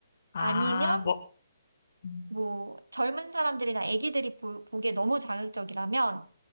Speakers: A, on the left (about 50°); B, on the right (about 70°).
A: 아,
B: 아니면
A: 뭐, 음,
B: 뭐 젊은 사람들이나 아기들이 보, 보기에 너무 자극적이라면